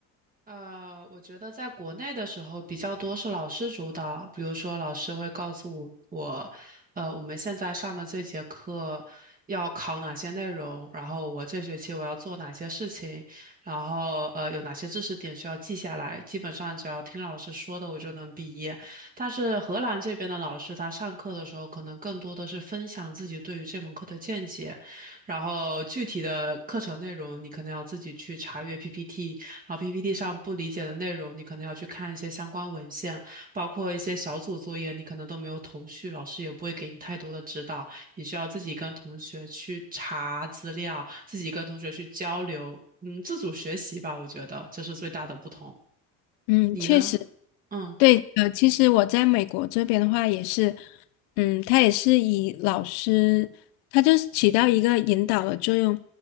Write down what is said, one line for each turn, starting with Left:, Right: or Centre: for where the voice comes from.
Right: 呃，我觉得在国内的时候比较多是老师主导，比如说老师会告诉我，呃，我们现在上的这节课要考哪些内容，然后我这学期我要做哪些事情，然后呃有哪些知识点需要记下来，基本上只要听老师说的我就能毕业。但是荷兰这边的老师他上课的时候可能更多的是分享自己对于这门课的见解，然后具体的课程内容你可能要自己去查阅 PPT。然后 PPT 上不理解的内容，你可能要去看一些相关文献，包括一些小组作业，你可能都没有头绪，老师也不会给你太多的指导，你需要自己跟同学去查资料，自己跟同学去交流，嗯，自主学习吧，我觉得这是最大的不同。
Left: 嗯，
Right: 你呢？
Left: 确实，
Right: 嗯
Left: 对，呃，其实我在美国这边的话也是，嗯，他也是以老师，他就是起到一个引导的作用，